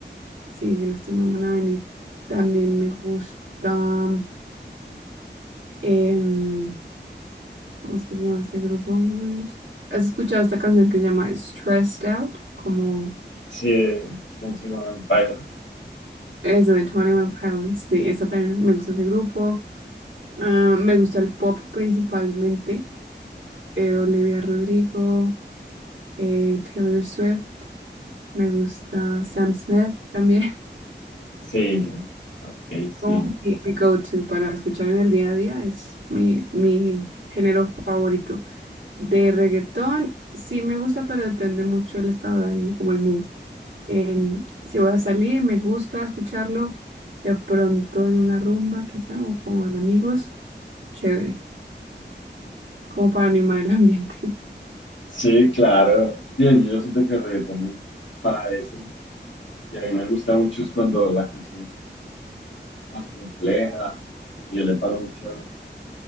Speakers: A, on the right; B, on the left.
A: sí, si no estoy mal van a venir. También me gusta, em, ¿cómo es que se llama este grupo? We're st- ¿Has escuchado esta canción que se llama Stressed Out? Como
B: Sí, eh, Twenty One Pilots.
A: es de Twenty One Pilots. Sí, esta también me gusta ese grupo. Ah, me gusta el pop principalmente. eh, Olivia Rodrigo, eh, Taylor Swift. Me gusta Sam Smith también. <laughs>
B: Sí, ok, sí.
A: Como mi, mi go-to para escuchar en el día a día es mi, mi género favorito. De reggaetón, sí me gusta, pero depende mucho el estado de ánimo, como el mood. Em, si voy a salir, me gusta escucharlo de pronto en una rumba, quizá, o con amigos. Chévere, como para animar el <laughs> ambiente.
B: Sí, claro. Sí, yo siento que el reggaetón es para eso. Y a mí me gusta mucho es cuando la canción más compleja y yo le paro mucha,